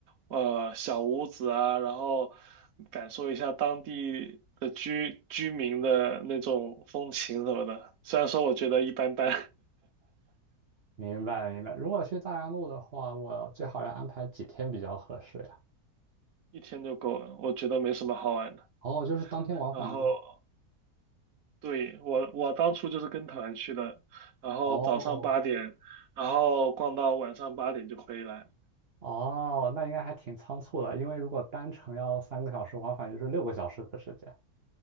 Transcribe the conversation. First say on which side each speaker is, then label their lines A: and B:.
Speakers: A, on the right; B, on the right.
A: 呃小屋子啊，然后感受一下当地的居居民的那种风情什么的。虽然说我觉得一般般，
B: 明白了明白了。如果去大洋路的话，我最好要安排几天比较合适呀？
A: <laughs> 一天就够了，我觉得没什么好玩的。
B: 哦，就是当天往返吗？
A: 然后对，我我当初就是跟团去的，然后早上八点，
B: 哦
A: 然后逛到晚上八点就回来。
B: 哦，那应该还挺仓促的，因为如果单程要三个小时，往返就是六个小时的时间。